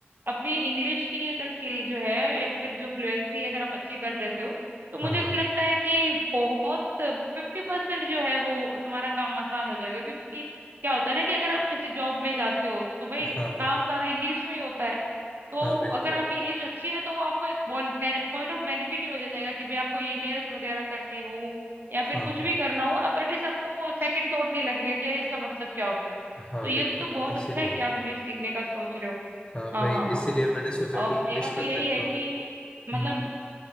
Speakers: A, on the right (about 55°); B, on the left (about 25°).
A: अपनी इंग्लिश की अगर स्किल जो है या फिर जो फ्लुएंसी अगर आप अच्छी कर लेते हो तो मुझे
B: हाँ हाँ
A: लगता है कि बहुत फिफ्टी परसेंट जो है वो तुम्हारा काम आसान हो जाएगा क्योंकि क्या होता है ना कि अगर आप किसी जॉब में जाते हो तो भाई
B: हाँ हाँ
A: काम सारा इंग्लिश में ही होता है तो
B: हाँ बिल्कुल
A: अगर आपकी इंग्लिश अच्छी है तो वो आपको एक पॉइंट ऑफ बेनिफिट ही हो जाएगा कि भाई आपको ईमेल्स वगैरह करने हो या
B: हाँ
A: फिर कुछ
B: हाँ
A: भी करना हो आप एटलीस्ट आपको सेकंड थॉट नहीं लगेगा कि यार इसका मतलब क्या होता है
B: हाँ
A: तो ये
B: बिल्कुल
A: तो बहुत
B: इसीलिए
A: अच्छा है कि आप इंग्लिश सीखने का सोच रहे हो
B: हाँ
A: हाँ
B: भाई
A: हाँ हाँ
B: इसीलिए मैंने सोचा
A: और
B: कि इंग्लिश
A: मेरा
B: कर
A: तो यही
B: लेता
A: है कि
B: हूँ
A: मतलब
B: हम्म